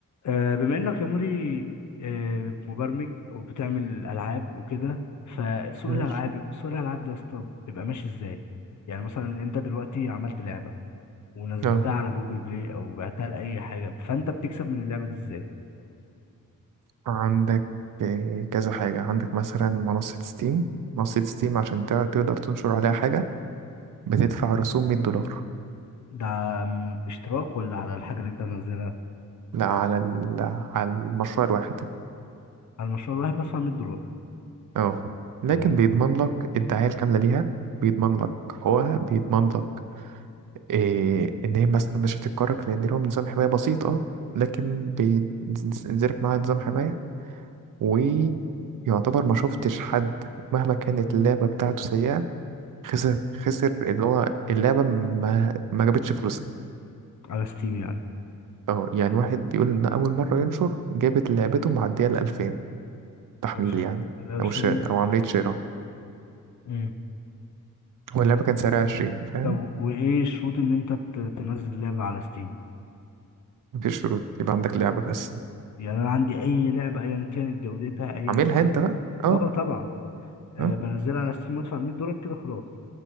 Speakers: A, on the left (about 60°); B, on the right (about 70°).
A: آه، بما انك يا موري آه، مبرمج او بتعمل العاب وكده فسوق
B: ماشي
A: الالعاب سوق الالعاب ده يا اسطى بيبقى ماشي ازاي يعني مثلا انت دلوقتي عملت لعبه ونزلتها
B: اه
A: على جوجل بلاي او بعتها لاي حاجه فانت بتكسب من اللعبه دي ازاي
B: عندك آه، كذا حاجة عندك مثلا منصة ستيم منصة ستيم عشان تع- تقدر تنشر عليها حاجة بتدفع رسوم 100 دولار
A: ده م- اشتراك ولا على الحاجه اللي انت منزلها
B: لا على ال... على المشروع الواحد
A: على المشروع الواحد بدفع 100 دولار
B: اه لكن
A: تمام
B: بيضمن لك الدعاية الكاملة ليها بيضمن لك حقوقها بيضمن لك إيه إن هي مثلا مش هتتكرك لأن لهم نظام حماية بسيط اه لكن بينزلك معاها نظام حماية ويعتبر ما شفتش حد مهما كانت اللعبة بتاعته سيئة خسر خسر اللي هو اللعبة ما ما جابتش فلوسها
A: على ستيم يعني
B: اه يعني واحد بيقول إن أول مرة ينشر جابت لعبته معدية الألفين تحميل
A: الف-
B: يعني
A: الألفين
B: أو شراء أو عملية شراء
A: مم.
B: واللعبة كان سعرها عشرين فاهم
A: طب وايه شروط ان انت ت- تنزل لعبه على ستيم
B: مفيش شروط يبقى عندك لعبة بس
A: يعني انا عندي اي لعبه ايا كانت جودتها ايا
B: عاملها
A: كان
B: أنت بقى اه
A: اه طبعا آه
B: اه
A: بنزلها على ستيم وادفع 100 دولار كده خلاص